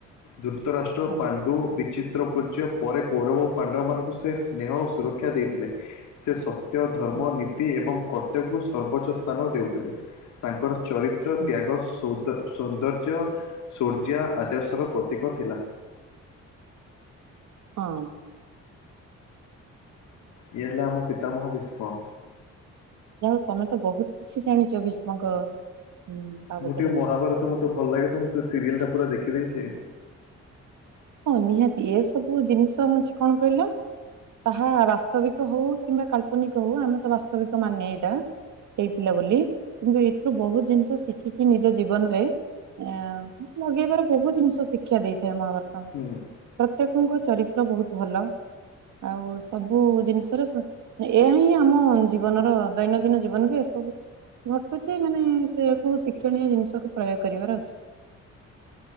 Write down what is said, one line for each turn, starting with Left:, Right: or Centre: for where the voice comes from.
Left: ଧୃତ ରାଷ୍ଟ୍ର
Right: ହଁ
Left: ପାଣ୍ଡୁ ବିଚିତ୍ର ପୁତ୍ର ପୂଜ୍ୟ ପରେ କୌରବ ପାଣ୍ଡବ ମାନଙ୍କୁ ସେ ସ୍ନେହ ଓ ସୁରକ୍ଷା ଦେଇଥିଲେ। ସେ ସତ୍ୟ ଧର୍ମ
Right: ହଁ
Left: ନି ତି ଏବଂ କର୍ତ୍ତବ୍ୟକୁ ସର୍ବୋଚ୍ଚ ସ୍ଥାନ ଦେଉଥିଲେ ତାଙ୍କର ଚରିତ୍ର
Right: ହଁ
Left: ତ୍ୟାଗ <unintelligible> ସୌନ୍ଦର୍ଯ୍ୟ ସୂର୍ଯ୍ୟା ଆଦର୍ଶର ପ୍ରତୀକ ଥିଲା।
Right: ହଁ।
Left: ଇଏ ହେଲା ଆମ ପିତାମହ ଭୀଷ୍ମ।
Right: ଯାହା ହେଉ ତମେ ତ ବହୁତ କିଛି ଜାଣିଛ ଭୀଷ୍ମଙ୍କ ଉଁ, ବାବଦରେ
Left: ମୁଁ ଟିକେ ମହାଭାରତ ମତେ ଭଲ ଲାଗେ ତ ମୁଁ ସେ ସିରିଏଲ ଟା ପୁରା ଦେଖିଦେଇଛି।
Right: ହଁ ନିହାତି ଏ ସବୁ ଜିନିଷ ହଉଛି କଣ କହିଲ? ତାହା ବାସ୍ତବିକ ହଉ କିମ୍ବା କାଳ୍ପନିକ ହଉ ଆମେ ତ ବାସ୍ତବିକ ମାନେ ଏଇଟା ହେଇଥିଲା ବୋଲି କିନ୍ତୁ ଏଥିରୁ ବହୁତ ଜିନିଷ ଶିଖିକି ନିଜ ଜୀବନରେ ଆ ଲଗେଇବାର ବହୁତ ଜିନିଷ ଶିକ୍ଷା ଦେଇଥାଏ ମହାଭାରତ ଆମକୁ
Left: ହୁଁ
Right: ପ୍ରତ୍ୟେକଙ୍କ ଚରିତ୍ର ବହୁତ ଭଲ ଆଉ ସବୁ ଜିନିଷରେ ଏହା ହିଁ ଆମ ଜୀବନର ଦୈନନ୍ଦିନ ଜୀବନ ବି ଏସବୁ ଘଟୁଛି ମାନେ ସେୟାକୁ ଶିକ୍ଷଣୀୟ ଜିନିଷକୁ ପ୍ରୟୋଗ କରିବାର ଅଛି।